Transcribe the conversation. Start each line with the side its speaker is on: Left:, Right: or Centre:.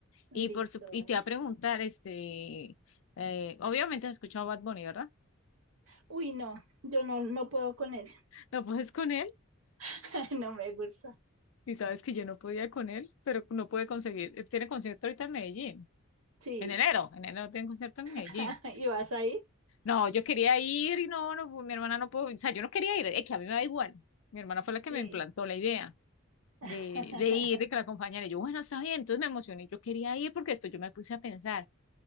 Left: Y,
Right: Listo,
Left: por su- y
Right: vale.
Left: te va a preguntar, este, eh, obviamente has escuchado Bad Bunny, ¿verdad?
Right: Uy, no, yo no, no puedo con él.
Left: <laughs> No puedes con él,
Right: <laughs> No me gusta.
Left: y sabes que yo no podía con él, pero no pude conseguir. Él Tiene concierto ahorita en Medellín,
Right: Sí.
Left: en enero, en enero tiene concierto en Medellín.
Right: <laughs> ¿Y vas ahí?
Left: No, yo quería ir y no, no, mi hermana no pudo, o sea, yo no quería ir, es que a mí me da igual. Mi hermana fue la que
Right: Sí.
Left: me implantó la idea
Right: <laughs>
Left: de, de ir, de que la acompañara. Y Yo, bueno, está bien, entonces me emocioné, yo quería ir porque esto yo me puse a pensar,